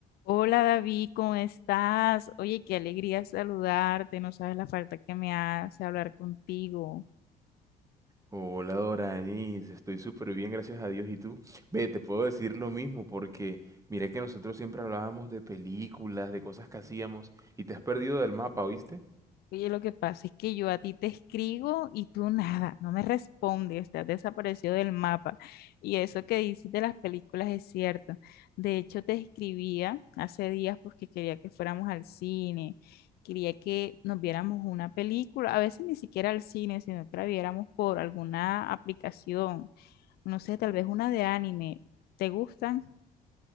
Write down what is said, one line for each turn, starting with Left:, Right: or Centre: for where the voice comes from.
Left: Hola David, ¿cómo estás? Oye, qué alegría saludarte, no sabes la falta que me hace hablar contigo.
Right: Hola Doranis, estoy súper bien, gracias a Dios. ¿Y tú? Ve, te puedo decir lo mismo porque mira que nosotros siempre hablábamos de películas, de cosas que hacíamos y te has perdido del mapa, ¿oíste?
Left: Oye, lo que pasa es que yo a ti te escribo y tú nada, no me respondes, te has desaparecido del mapa. Y eso que dices de las películas es cierto. De hecho, te escribía hace días porque quería que fuéramos al cine, quería que nos viéramos una película, a veces ni siquiera al cine, sino que la viéramos por alguna aplicación. No sé, tal vez una de anime. ¿Te gustan?